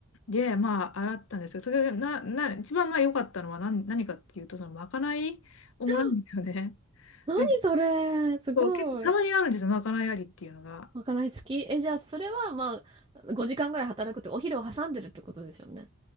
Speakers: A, on the left; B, on the right.
A: で、まあ、洗ったんですよ。それで、な、な、一番まあ良かったのは何、何かっていうと、その、まかないをもらうんですよね。
B: <gasps>
A: <laughs>
B: 何それ、
A: で、
B: すごい。
A: そう、結構、たまにあるんですよ、まかないありっていうのが。
B: まかない付きえ、じゃあ、それは、まあ、5時間ぐらい働くって、お昼を挟んでるってことですよね。